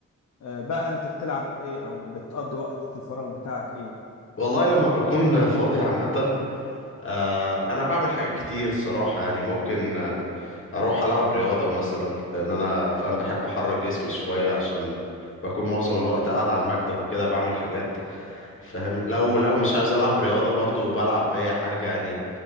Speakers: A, on the left; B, on the left.
A: آه، بقى انت بتلعب ايه او بتقضي وقت الفراغ بتاعك ايه
B: والله لما بكون فاضي عامة آه، انا بعمل حاجات كتير الصراحة يعني ممكن آه، اروح العب رياضة مثلا لان انا فاهم بحب احرك جسمي شوية عشان بكون معظم الوقت قاعد على المكتب وكده بعمل حاجات فاهم لو لو مش عايز العب رياضه برضو بلعب اي حاجه يعني